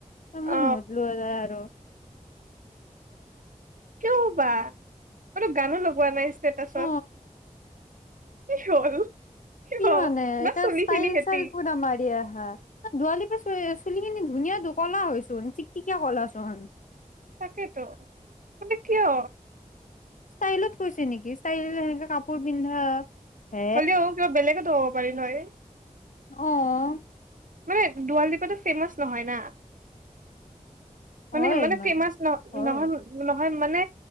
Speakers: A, on the left; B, on the right.
A: আমি
B: অ
A: নুহুদিলো আৰু
B: কিয় হয় বা মইতো গানো লগোৱা নাই ইষ্টেটাছত
A: অ
B: কি হল কিয়
A: কি মানে
B: না
A: এ
B: চুলি
A: ষ্টাইল
B: খিনি সেতি
A: চাইল পুৰা মাৰি আহা দুৱালি পাছ চুলি খিনি ধুনীয়া কলা হয় চোন চিকচিকিয়া কলা চোন
B: তাকেইটো মানে কিয়
A: ষ্টাইলত কৈছে নেকি ষ্টাইল সেনেকে কাপোৰ পিন্ধা হে
B: হলেও কিবা বলেগত হ'ব পাৰে নহয়
A: অও
B: মানে দুৱাল দ্দীপটো ফেমাচ নহয় না মানে
A: হয়
B: মানে
A: ইমান
B: ফেমাচ ন
A: হয়
B: নহয় নহ হয় মানে